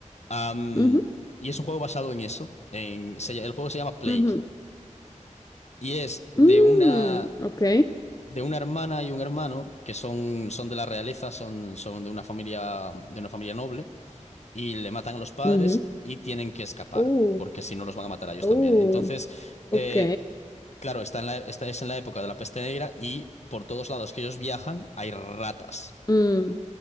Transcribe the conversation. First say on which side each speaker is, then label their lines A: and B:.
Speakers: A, on the left; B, on the left.
A: Am,
B: ujú,
A: y es un juego basado en eso. En, se ll- el juego se llama Plague.
B: ujú.
A: Y es de
B: Mm,
A: una,
B: ok.
A: de una hermana y un hermano que son, son de la realeza, son, son de una familia, de una familia noble, y le matan a los padres
B: Ujú.
A: y tienen que escapar,
B: Uh,
A: porque si no los van a matar a ellos
B: uh,
A: también. Entonces,
B: ok.
A: eh, claro, está en la, esta es en la época de la peste negra y por todos lados que ellos viajan hay ratas.
B: Mm,